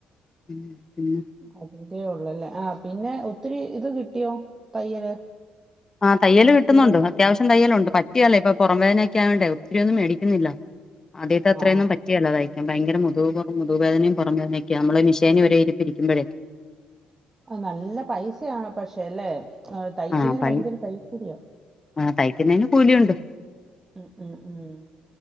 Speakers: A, on the left; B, on the right.
A: ഉം ഉം
B: അതിന്റെ ഉള്ളല്ലേ ആ പിന്നെ ഒത്തിരി ഇത് കിട്ടിയോ തയ്യല്
A: ആ തയ്യല് കിട്ടുന്നുണ്ട്
B: സ്കൂള് തുറ-
A: അത്യാവശ്യം തയ്യലുണ്ട് പറ്റുകേല്ല ഇപ്പൊ പുറം വേദനൊക്കെ ആയോണ്ട ഒത്തിരി ഒന്നും മേടിക്കുന്നില്ല ആദ്യത്തെ അത്രയൊന്നും
B: ആ ആ
A: പറ്റ റ്റ് കേല തയ്ക്കാൻ ഭയങ്കര മുതുക് പുറ മുതുകുവേദനയും പുറംവേദനൊക്ക നമ്മ മിഷിനി ഒരെഇരിപ്പ് ഇരിക്കുമ്പഴേ
B: നല്ല പൈസയാണ പക്ഷേ അല്ലെ തയ്ക്കുന്നതിന്
A: ആ തൈ
B: ഭയങ്കര തയ്യൽ കൂലിയാ
A: ആ തൈക്കുന്നേന് കൂലിയുണ്ട്
B: ഉം ഉം ഉം